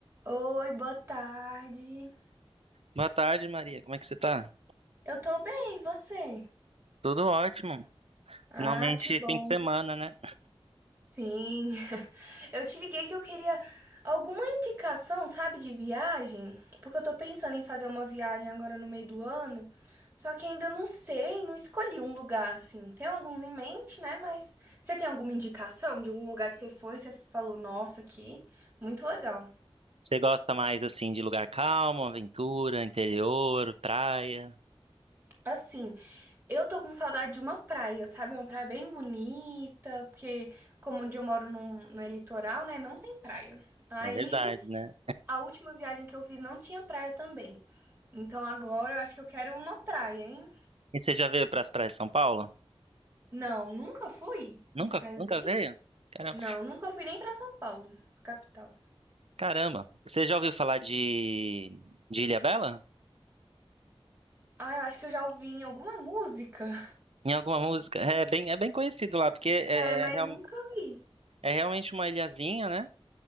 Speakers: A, on the right (about 20°); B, on the right (about 80°).
A: Oi, boa tarde.
B: Boa tarde, Maria. Como é que você tá?
A: Eu tô bem, e você?
B: Tudo ótimo.
A: Ah,
B: Finalmente,
A: que bom.
B: fim de semana, né?
A: Sim. <laughs> Eu te liguei que eu queria alguma indicação, sabe, de viagem? Porque eu tô pensando em fazer uma viagem agora no meio do ano, só que ainda não sei, não escolhi um lugar assim. Tem alguns em mente, né? Mas você tem alguma indicação de algum lugar que você foi, você falou, nossa, aqui, muito legal.
B: Você gosta mais, assim, de lugar calmo, aventura, interior, praia?
A: Assim, Eu tô com saudade de uma praia, sabe? É Uma praia bem bonita, porque como onde eu moro não, não é litoral, né? Não tem praia. Aí
B: É verdade,
A: <laughs>
B: né?
A: a última viagem que eu fiz não tinha praia também. Então agora eu acho que eu quero uma praia, hein?
B: E você já veio para as praias de São Paulo?
A: Não, nunca fui
B: Nunca,
A: para as praias
B: nunca
A: daí?
B: veio? Caramba.
A: Não, nunca fui nem pra São Paulo, capital.
B: Caramba. Você já ouviu falar de, de Ilhabela?
A: Ah, eu acho que eu já ouvi em alguma música. <laughs>
B: Em alguma música? É bem, é bem conhecido lá, porque é,
A: É, mas
B: é real-
A: nunca vi.
B: é realmente uma ilhazinha, né?